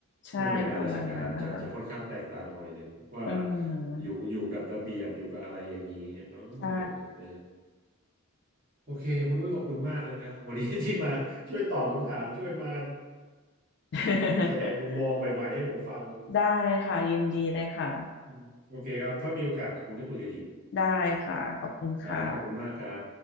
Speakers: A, on the left (about 50°); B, on the right (about 40°).
A: ใช่ประมาณนั้นนะคะ
B: ไม่เหมือนงานราชการจะจะค่อนข้างแตกต่างหน่อยหนึ่งว่า
A: อืม
B: อยู่อยู่กับระเบียบอยู่กับอะไรอย่างนี้อ๋อ
A: ใช่
B: โอเคโอเค คุณอุ้ยขอบคุณมากเลยฮะวันนี้ที่มาช่วยตอบคำถาม ช่วยมา
A: <laughs>
B: แสดงมุมมองใหม่ๆให้ผมฟัง
A: ได้ค่ะยินดีเลยค่ะ
B: อืมโอเคครับถ้ามีโอกาสคงได้คุยกันอีก
A: ได้ค่ะขอบคุณค่ะ
B: ครับขอบคุณมากครับ